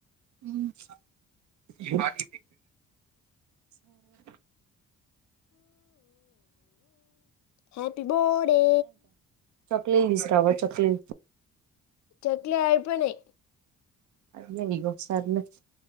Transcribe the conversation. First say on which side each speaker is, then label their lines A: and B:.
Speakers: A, on the right; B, on the left.
A: హ్మ్మ్ సరేలే
B: హ్యాపీ బర్త్డే
A: ఒక కే జి తీసుకొని రావా చెక్లి
B: చెక్లే అయిపోయినాయి
A: అది గొసార్లు <unintelligible>